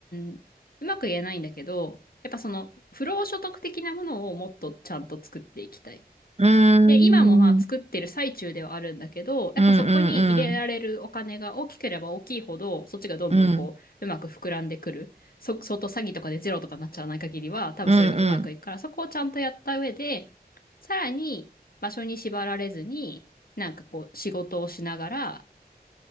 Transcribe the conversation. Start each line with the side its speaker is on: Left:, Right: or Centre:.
Left: ん、うまく言えないんだけど、やっぱその、不労所得的なものをもっとちゃんと作っていきたい。
Right: うーん
Left: で、今もまあ作ってる最中ではあるんだけど、やっぱそこに入れられるお金が大きければ大きいほど、
Right: うんうん
Left: そっちがどんどんこう、
Right: うんうん
Left: うまく膨らんでくる。そ、相当詐欺とかでゼロとかになっちゃわない限りは、多分それがうまくいくから、
Right: うんうん
Left: そこをちゃんとやった上で、さらに場所に縛られずに、なんかこう、仕事をしながら、